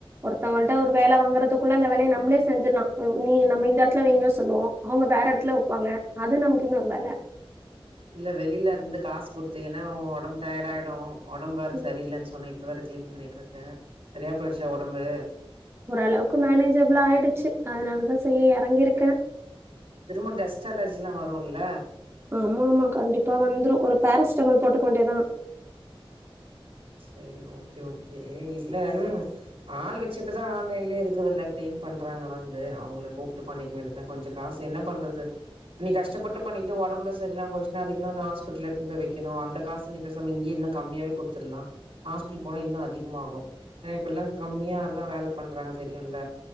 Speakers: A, on the right (about 25°); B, on the right (about 90°).
A: ஒருத்தவங்கள்ட்ட ஒரு வேல வாங்குறதுகுள்ள அந்த வேலயே நம்மளே செஞ்சுல்லா நீ நம்ம இந்த எடத்துல வைங்க சொல்லுவோ அவங்க வேற எடத்துல வைப்பாங்க அது நமக்கு இன்னொரு வேல
B: இல்ல வெளியில இருந்து காசு குடுத்தினா உன் ஒடம்பு டயர்ட் ஆய்டும் ஒடம்பு வேற
A: ம்
B: சரியில்லன்னு சொன் இப்ப வேற க்ளீன் பண்ணிட்டுருக்க சரியா போயிடுச்சா ஒடம்பு
A: ஓரளவுக்கு மேனேஜபிளா ஆயிடுச்சு அதனாலதா செய்ய எறங்கிருக்க
B: திரும்ப டஸ்ட் அலர்ஜில்லா வருல்ல
A: ஆமா ஆமா கண்டிப்பா வந்துரு ஒரு பேரசிட்டமால் போட்டுக்க வேண்டியதா
B: செரி ஓகே ஓகே இல்ல ம் ஆள் வச்சப்பதான் ஆன்லைன்லயே இருக்குதுல்ல க்ளீன் பண்றாங்க வந்து அவங்கள கூப்பிட்டு பண்ணிக்க வேண்டியதா கொஞ்சோ காசு என்ன பண்றது நீ கஷ்டப்பட்டு பண்ணிட்டு ஒடம்பு சரியில்லாம போய்சுன்னா அது இன்னொன்னு ஹாஸ்பிட்டல எடுத்துனு வந்து வெக்கணு அந்த காசு நீ பேசாம இங்கயே இன்னு கம்மியாவே குடுத்துடலா ஹாஸ்பிட்டல் போனா இன்னு அதிகமாகு ஏனா இப்பெல்லா கம்மியா எல்லா வேல பண்றாங்க தெரியுல்ல